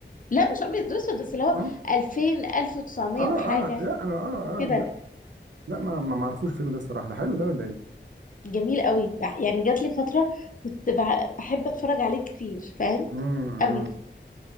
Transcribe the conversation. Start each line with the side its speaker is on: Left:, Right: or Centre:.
Left: لا مش ابيض واسود بس اللي هو
Right: اه
Left: 2000 1900
Right: اه
Left: وحاجة
Right: اه لا انا اه اه
Left: كده
Right: آه، لا لا ما ما ما اعرفوش الفيلم ده الصراحه ده حلو ده ولا ايه
Left: جميل قوي يعني جات لي فترة كنت بع- بحب اتفرج عليه كتير فاهم
Right: امم
Left: قوي